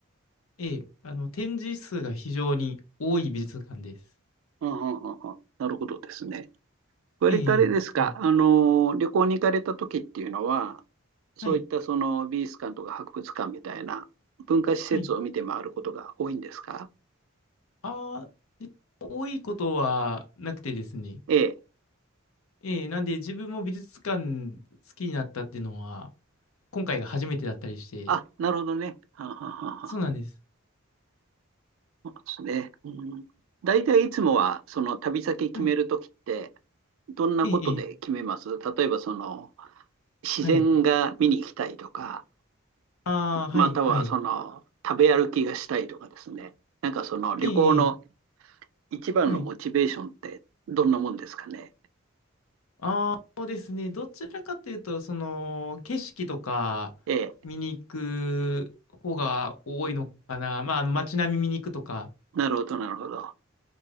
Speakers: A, on the left; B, on the right.
A: ええ、あの、展示数が非常に多い美術館です。
B: あははは、なるほどですね。割とあれですか、
A: ええ、ええそうなん
B: あの、旅行に行かれた時っていうのは、そういったその美術館とか博物館みたいな文化施設を見て回ることが多いんですか
A: はい。はい。あ多いことはなくてですね。
B: ええ。
A: ええ、なんで自分も美術館好きになったっていうのは、今回が初めてだったりして。
B: あ、なるほどね。はんはんはんはん
A: そうなんです。
B: そうですね。うん、大体いつもは、その旅先決める時って、
A: はい。
B: どんなことで決めます例えば、
A: ええ、ええ
B: その、自然が見に行きたいとか、
A: はい。ああ、
B: または、
A: はい、はい。
B: その、食べ歩きがしたいとかですね。なんかその旅行の
A: ええ、ええ
B: 一番のモチベーションってどんなもんですかね。
A: はい。ああ、そうですね。どちらかというと、その、景色とか見に行く方が多いのかな。
B: ええ、
A: まあ、あの街並み見に行くとか。
B: なるほど、なるほど。